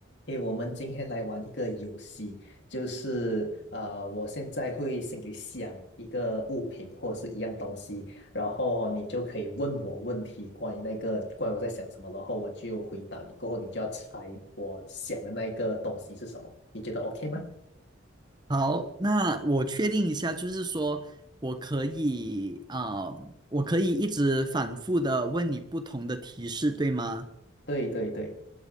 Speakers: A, on the left (about 60°); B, on the right (about 20°).
A: 诶，我们今天来玩一个游戏，就是呃，我现在会心里想一个物品或者是一样东西，然后你就可以问我问题，关于那个关于我在想什么，然后我就回答你，过后你就要猜我想的那个东西是什么，你觉得 OK 吗？
B: 好，那我确定一下，就是说我可以啊、我可以一直反复的问你不同的提示，对吗？
A: 对对对